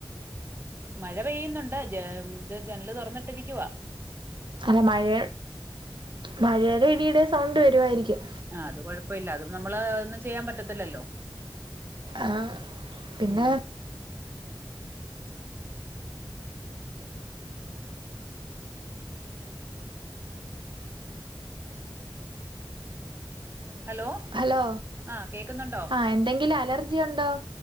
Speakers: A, on the right (about 30°); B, on the right (about 75°).
A: മഴ പെയ്യുന്നുണ്ട് ജ ഇത് ജെനല് തുറന്നിട്ടിരിക്കുവ
B: അല്ല മഴ മഴയുടെ ഇടിടെ സൗണ്ട് വരുവായിരിക്കും
A: ആഹ് അത് കൊഴപ്പഇല്ല അത് നമ്മള് ഒന്നും ചെയ്യാൻ പറ്റത്തില്ലല്ലോ
B: ആഹ് പിന്നെ
A: ഉം ഹലോ
B: ഹലോ
A: ആ കേക്കുന്നുണ്ടോ
B: ആ എന്തെങ്കിലും അലർജി ഉണ്ടോ